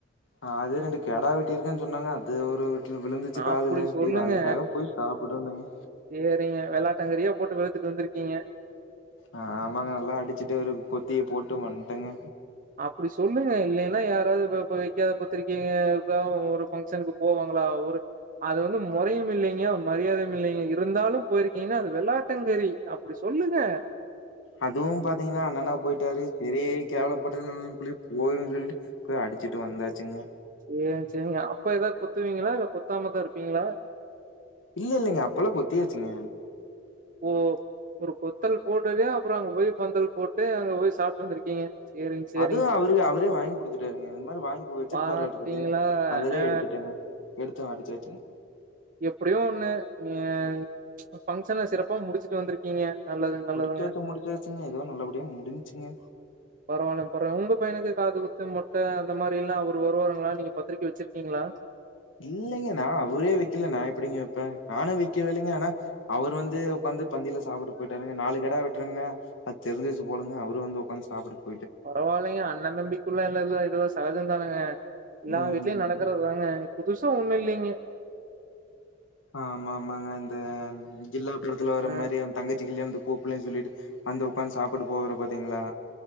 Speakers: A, on the left (about 85°); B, on the right (about 45°).
A: அ அது ரெண்டு கெடா வெட்டி இருக்கேன் சொன்னாங்க அது ஒரு வீட்டுல விலுந்துச்சி காதுல்ல
B: அப்படி சொல்லுங்க.
A: சேரி அதுக்காக போய் சாப்புட் டு வந்தங்கே
B: சேரிங்க விளாட்டங்கறியா போட்டு வெளுத்துட்டு வந்துருக்கீங்க
A: அ ஆமாங்க நல்லா அடிச்சிட்டு ஒரு கொத்திய போட்டு வன்ட்டங்க
B: அப்டி சொல்லுங்க இல்லேன்னா யாராவது இ இப்ப வைக்காத பத்திரிக்கே இப்ப ஒரு பங்க்ஷனுக்கு போவாங் அவ்ள ஒரு அது வந்து மெறையும் இல்லிங்க மரியாதையும் இல்லிங்க இருந்தாலும் போயிருக்கீங்க அது வெள்ளாட்டங்க செரி அப்டி சொல்லுங்க
A: அதுவு பாத்தீங்கன்னா அண்ணன்னா போயிட்டாரு செரி கேவலப் பாட்டன் குள்ளியேப் போயிருன் சொல்ட்டு போய் அடிச்சிட்டு வந்தாச்சிங்க
B: ஏ செரிங்க அப்ப ஏதா குத்துவீங்ளா இல்ல குத்தாமதாருப்பீங்ளா
A: இல்ல இல்லலங்க அப்பல்லா கொத்தியச்சிங்க
B: ஓ ஒரு கொத்தல் போட்டலியோ அப்புறோ அங்க போய் பந்தல் போட்டு அங்க போய் சாப்ட்டு வந்திருக்கீங்க சேரிங்க, சேரிங்க.
A: அதுவு அவரே அவரே வாய்ங் குடுத்துட்டாருங்க அந் மாரி வாங்கி வெச்சிருப்பாரு
B: பாத்தீங்களா?
A: ஆட்டுக்குது அதலியே
B: ஆ,
A: எடுத்துட்டேங்க எடுத்த அடிச்சாச்சிங்க
B: எப்படியோ ஒண்ணு நீங்க பங்க்ஷன்ன செறப்பா முடிச்சிட்டு வந்திருக்கீங்க நல்லதுங்க நல்லதுங்க
A: முடிச்சாச்சி முடிச்சாச்சிங்க எதுவோ நல்லபடியா முடிஞ்ச்சிங்க
B: பரவால்லங் பரவால் உங்க பையனுக்கு காதுகுத்து மொட்ட அந்த மாரில்லா அவுரு வருவாருங்ளா நீங்க பத்திரிக்க வெச்சிருக்கீங்ளா
A: இல்லைங்க நா அவரே வெக்கல நா எப்டிங்க வெப்பே நானு வெய்க்கவேல்லைங்க ஆனா அவுரு வந்து ஒக்காந் காந்து பந்தில சாப்புட்டு போய்ட்டாருங்க நாலு கெடா வெட்ரேங்னா அத் தெரிஞ்சிச்சி போலங்க அவுரு வந்து ஒக்காந்து சாப்டுட்டு
B: பரவால்லைங்க அண்ண தம்பிக்குள்ள எல்லா எல்லா இதெல்லா சகஜன்தானங்க எல்லா
A: ம்
B: வீட்லயு நடக்கற்துதாங்க புதுசா ஒண்ணு இல்லைங்கே
A: ஆமாமாங்க இந்த ஜில்லா படத்துல வர
B: ஆ
A: மாரி எ தங்கச்சிக்கி கல்யாணதுக் கூப்புல்லே சொல்லிட்டு வந்து ஒக்காந் சாப்புட்டு போவாரு பாத்தீங்ளா